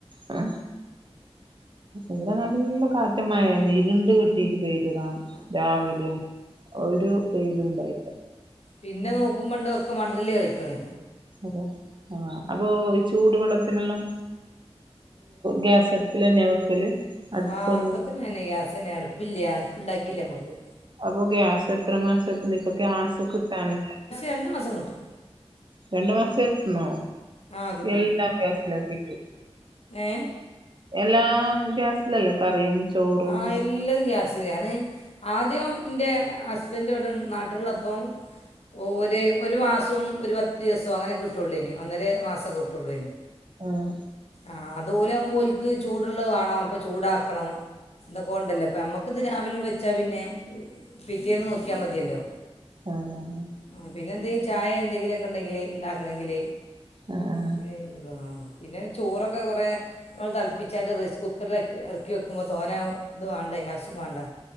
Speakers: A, on the right; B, on the left.
A: ഹ ഇവിടെ നല്ല കാറ്റമായ രണ്ട് കെട്ടിയിട്ട് പെയ്തതാ
B: ആ,
A: രാവിലെ
B: ആ,
A: ഒരു വെയിലും ഉണ്ടായിട്ട്ല
B: പിന്നെ നോക്കുമ്പോണ്ടണ്ട് ഒക്കെ മണ്ണിൽ കഴിക്കണം
A: അതെ ആഹ അപ്പൊ ഈ ചൂടു വെള്ളത്തിനെല്ലാം ഗ്യാസ അടുപ്പിൽന്നെ വെക്കല് അടുപ്പൊന്നും
B: ആഹ് ഒക്കത്തിന്ന്നെ ഗ്യാസ് തന്നെ അടുപ്പില്ല അടുപ്പുണ്ടാക്കില്ലേ നമ്മുക്ക്
A: അപ്പൊ ഗ്യാസ് എത്ര മാസത്തന്ന് ഇപ്പൊ ഗ്യാസ് കിട്ടാനെ
B: രണ്ടു മാസം കിട്ടും
A: രണ്ടു മാസം എത്തണോ
B: ആ കിട്ടും
A: എല്ലാം ഗ്യാസിലാക്കിട്ടു
B: ഏ
A: എല്ലാം ഗ്യാസിലല്ലേ കറിയും ചോറും
B: ആഹ എല്ലാം ഗ്യാസിലയാണ് ആദ്യം എന്റെ ഹസ്ബൻഡവിടെ നാട്ടിലുള്ളപ്പം ഓ ഒേ ഒരു മാസവും ഒരു പത്ത് ദിവസവും അങ്ങനെ കിട്ടുകയുള്ളു ഇനി ഒന്നര മാസമക്കെ കിട്ടുകയുള്ളൂ ഇനി
A: ആഹ
B: ആ അതുലകുമ്പോലക്ക് ചൂടുള്ളത് വേണം അപ്പം ചൂടാക്കണം ഇന്തൊക്കെ ഉണ്ടല്ലോ അപ്പൊ നമ്മക്ക ഇത് രാവിലെ വെച്ചാ പിന്നെ പിറ്റേന്ന് നോക്കിയാ മതിയല്ലോ
A: അതെയതെ
B: ആ പിന്നെ എന്തെങ്കിലും ചായ എന്തെങ്കിലുമൊക്കെ ഉണ്ടെങ്കിൽ ഉണ്ടാക്കണമെങ്കിൽ
A: ആഹ്
B: പിന്നെ ഉള്ളൂ ആ പിന്നെ ചോറൊക്കെ കുറെേ നമ്മൾ തളപ്പിച്ചായിട്ട് റൈസ് കുക്കറില ഇറക്കി വെക്കുമ്പോൾ സോന ഇത് വേണ്ട ഗ്യാസും വേണ്ട